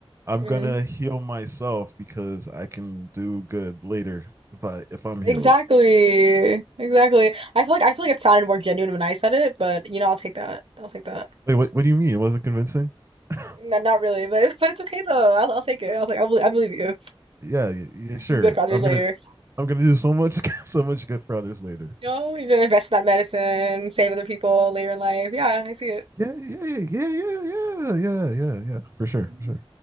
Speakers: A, on the right; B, on the right.
A: I'm
B: hmm
A: gonna heal myself because I can do good later if I if I'm healed.
B: Exactly. Exactly. I feel like I feel like it sounded more genuine when I said it, but you know, I'll take that. I'll take that.
A: Wait, what what do you mean? It wasn't convincing? <laughs>
B: N- Not really, but <laughs> but it's okay though. I'll, I'll take it. I'll take. I'll believe, I believe you.
A: yeah, yeah, yeah, sure.
B: Do good for others
A: I'm
B: later.
A: gonna I'm gonna do so much <laughs> so much good for others later.
B: No, You know, you're gonna invest in that medicine, save other people later in life. Yeah, I see it.
A: Yeah, yeah, yeah, yeah, yeah, yeah, yeah, yeah. For sure,
B: Mhm.
A: for